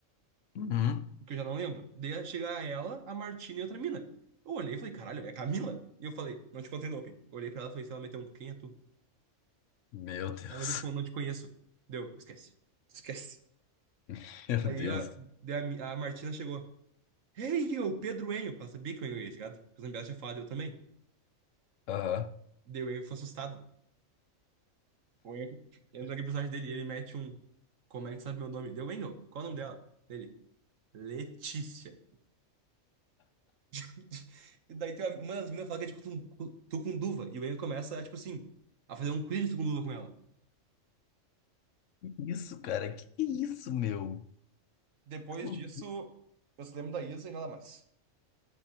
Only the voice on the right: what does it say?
O que eu já não lembro. Daí chega ela, a Martina e outra mina. Eu olhei e falei, caralho, é a Camila? E eu falei, não te contei no Open. Eu olhei pra ela e falei, se ela meteu um, quem é tu?
Ela meteu, tipo, não te conheço. Deu, esquece. Esquece.
Daí
a, daí a, mi- a Martina chegou. Hey, eu, Pedro Enio. Porque ela sabia que o Enio ia, tá ligado? Porque o Zambiá tinha falado, eu também.
Daí o Enio ficou assustado. O Enio entra aqui pro personagem dele e ele mete um. Como é que tu sabe meu nome? Deu, Enio, qual é o nome dela? dele Letícia. <laughs> E daí tem uma, uma das meninas fala que é de tucun- tucunduva. E o Enio começa, tipo assim, a fazer um quiz de tucunduva com ela.
Depois
disso, eu só lembro da Isa e nada mais.